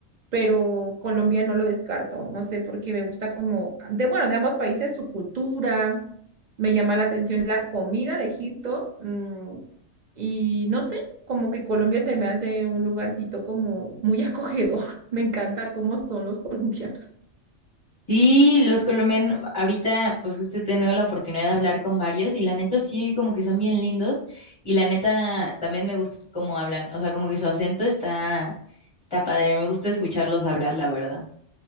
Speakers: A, on the right; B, on the left.
A: pero Colombia no lo descarto. No sé, porque me gusta como, de bueno, de ambos países su cultura, me llama la atención la comida de Egipto, mm, y no sé, como que Colombia se me hace un lugarcito como muy acogedor. <laughs> Me encanta cómo son los colombianos.
B: Sí, los colombianos, ahorita pues justo he tenido la oportunidad de hablar con varios y la neta sí, como que son bien lindos y la neta también me gusta cómo hablan, o sea, como que su acento está, está padre, me gusta escucharlos hablar, la verdad.